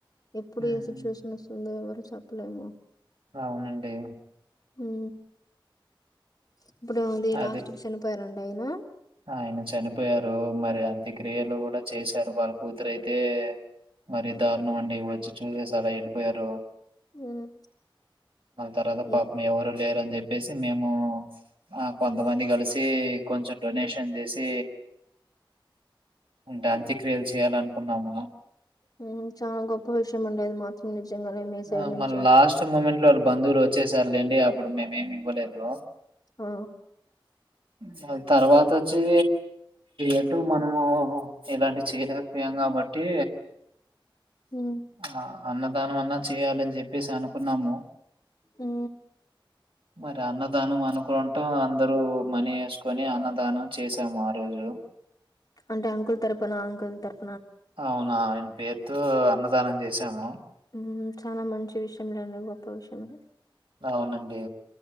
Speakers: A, on the left (about 45°); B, on the right (about 85°).
A: ఎప్పుడు
B: హ్మ్.
A: ఏ సిచ్యువేషన్ వస్తుందో ఎవరు చెప్పలేము
B: అవునండి
A: ఉ ఇప్పుడు అది
B: అదే.
A: లాస్ట్ కి చనిపోయారండి అయన
B: ఆయన చనిపోయారు రో మరి అంత్యక్రియలు కూడా చేశారు వాళ్ళ కూతురైతే మరి దారుణం
A: ఉమ్,
B: అండి వొచ్చి చూసేసి అలా ఎ ళ్ళిపోయారు
A: ఉమ్,
B: అ తర్వాత పాపం
A: ఏ-
B: ఎవరు లేరుని జెప్పేసి మేము అ కొంతమంది
A: ఉమ్,
B: కలిసీ కొంచెం టెన్ చేసి ఉంట అంత్యక్రియలు చేయాల అనుకున్నాము
A: ఉ చాలా గొప్ప విషయం అండి అది మాత్రం నిజంగానే మీ సైడ్
B: ఆ,
A: నుంచి
B: మళ్ళీ లాస్ట్ <unintelligible> వాళ్ళ బంధువులు వచ్చేసారు లేండి అప్పుడు మేమేమి ఇవ్వలేదు
A: అ
B: వాళ్లు తర్వాత వొ చ్చి ఎటు మనము ఇలాంటి చేయలేకపోయాము కాబట్టి
A: ఉమ్,
B: ఆ అన్నదానం అన్నా చేయాలని చెప్పేసి అనుకున్నాము
A: ఉ
B: మరి అన్నదానం అనుకుంటూ అందరూ మనీ ఎస్ కొని అన్నదానం చేశాము ఆ రోజు
A: అంటె అంకుల్ తరపున అంకుల్ తర్
B: అవును ఆయన్ పేరుతో అన్నదానం చేసాము
A: ఊ చాలా మంచి విషయంలేండి గొప్ప విషయమే
B: అవునండి